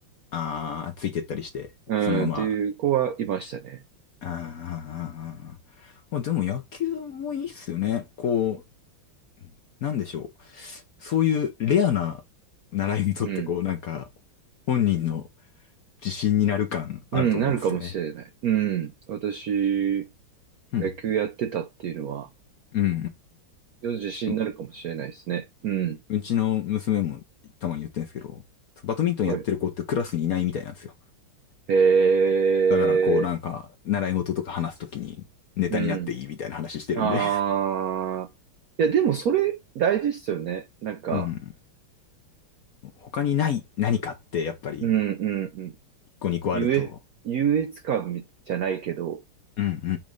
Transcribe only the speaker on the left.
ああ、ついてったりして、
そのまま。
あーあー、あーあーあでも野球もいいっすよね。こう、なんでしょう。そういうレアな習い事ってこう、
なんか、本人の自信になる感あると思うんですよね。
うん。
うんうん
うんうん。
ううちの娘もたまに言ってるんですけど、バドミントンやってる子ってクラスにいないみたいなんですよ。
だからこうなんか、習い事とか話すときにネタになっていいみたいな話してるんで。
うん。他にない何かってやっぱり
1個2個あると、
うんうんう